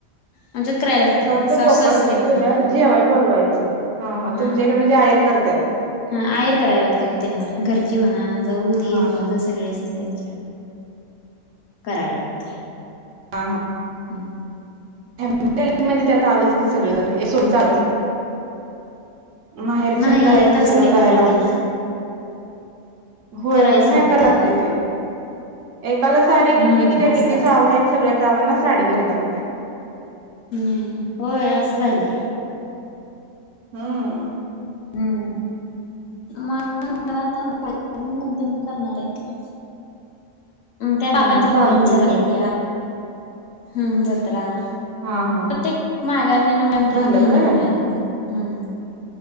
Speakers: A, on the left; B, on the right.
A: आमच्यात करायला लागते
B: फक्त
A: सासू
B: बोकड
A: सासरे
B: केल्या
A: म्हणा
B: जेवाय बोलवायचं हाा
A: हा
B: तुमच्या इडे म्हणजे र करत
A: हा आर करायला लागतोय त्यांना घरची मना जाऊ
B: हा
A: ीर भाव
B: हा
A: ज सगळी अस नाही त्यांची कराय लागत
B: हा हा
A: हम्म
B: फॅमि म्हणजे ते आता आलंची सगळे जण एक सो चा माहेरच्या
A: नाही
B: आणि करायच
A: एकाला
B: ते सगळं
A: सोडून एकाला
B: करायला लागेच
A: राग येणार
B: होय
A: करायच
B: होय नाही
A: लागतय
B: क लागते
A: ओ
B: ते एकाला साडी घेतली
A: हम्म
B: कि त्या्या
A: असं
B: किती
A: झालं
B: जाव आहेत सगळ्या जावांना साडी घ्याय लागत्या
A: हम्म होय असं झालंय
B: हम्म
A: हम्म मा थांब निमंतण करणार आहेत त्या बाबांच्यान
B: हम्म चालतय
A: बहीणीच्या
B: की
A: झाल्या हम् जत्रा
B: हा हा
A: प्रत्येक माघारणी ना मम त्या
B: झाल्यात
A: बहिणी
B: व्हय
A: पण आल्या त्यांनी हम्म